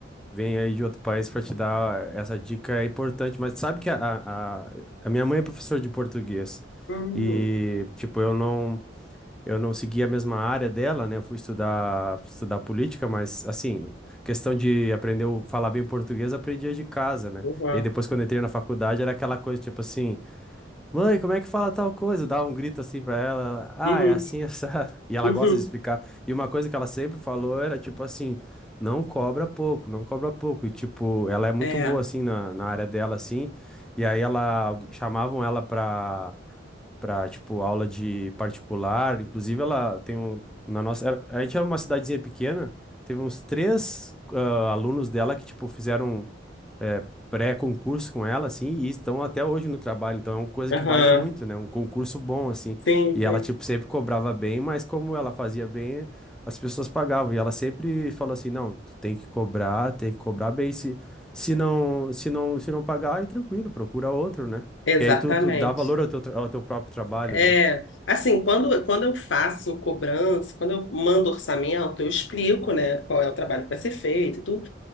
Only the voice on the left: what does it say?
Hum,
uhum,
uhum,
uhum.
É.
Aham.
Sim,
sim.
Exatamente.
É,
assim, quando, quando eu faço cobrança, quando eu mando orçamento, eu explico, né, qual é o trabalho que vai ser feito e tudo.